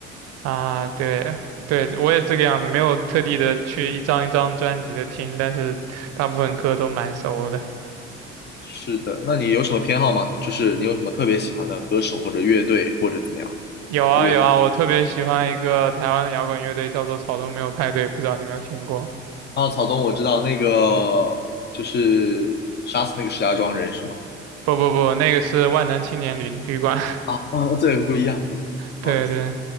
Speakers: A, on the right; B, on the left.
A: 啊，对。对，我也是这个样子，没有特地的去一张一张专辑的听，但是大部分歌都蛮熟的。
B: 是的，那你有什么偏好吗？就是你有什么特别喜欢的歌手或者乐队或者怎么样，
A: 有啊有啊，
B: 乐团吗？
A: 我特别喜欢一个台湾的摇滚乐队，叫做草东没有派对，不知道你有没有听过？
B: 啊，草东，我知道那个就是杀死那个石家庄人是吗？
A: 不不不，那个是万能青年旅旅馆。
B: 啊啊，这个不一样，哦不好意思
A: 对对，